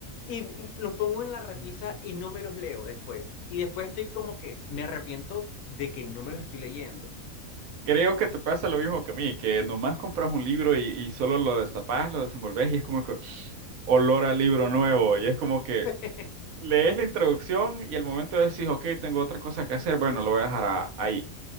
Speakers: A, on the left; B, on the right.
A: y los pongo en la repisa
B: Mm.
A: y no me los leo después. Y después estoy como que me arrepiento de que no me los estoy leyendo.
B: Creo que te pasa lo mismo que a mí, que nomás compras un libro y, y solo lo destapas, lo desenvolves y es como que olor a libro nuevo y es como que
A: <laughs>
B: lees la introducción y al momento decís, ok, tengo otra cosa que hacer, bueno, lo voy a dejar a- ahí.